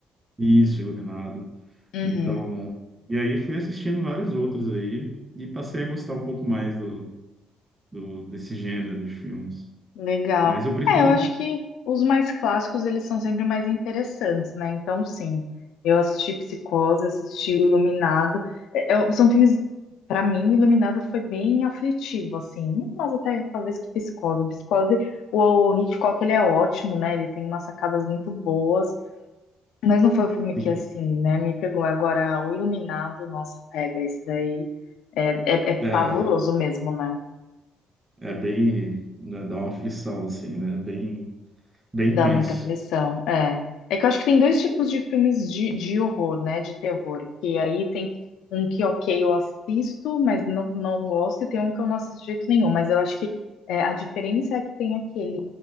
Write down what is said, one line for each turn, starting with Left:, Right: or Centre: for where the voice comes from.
Right: isso, Iluminado.
Left: Uhum.
Right: Então, e aí fui assistindo vários outros aí e passei a gostar um pouco mais do, do- desse gênero de filmes.
Left: Legal.
Right: Mas eu prefiro,
Left: É, eu acho que os mais clássicos eles são sempre mais interessantes, né? Então, sim, eu assisti Psicose, assisti o Iluminado. É, é- são filmes, pra mim, Iluminado foi bem aflitivo, assim, muito mais até talvez que Psicose. Psicose, o, o Hitchcock ele é ótimo, né? Ele tem umas sacadas muito boas, mas não foi o filme
Right: sim,
Left: que assim, né? Me pegou. Agora, o Iluminado, nossa, pega, esse daí é, é é
Right: é,
Left: pavoroso mesmo, né?
Right: é bem, né, dá uma aflição, assim, né? Bem, bem
Left: Dá
Right: tenso,
Left: muita aflição, é. É que eu acho que tem dois tipos de filmes de, de horror, né? De terror. Que aí tem um que, ok, eu assisto, mas não, não gosto, e tem um que eu não assisto de jeito nenhum. Mas eu acho que é, a diferença é que tem aquele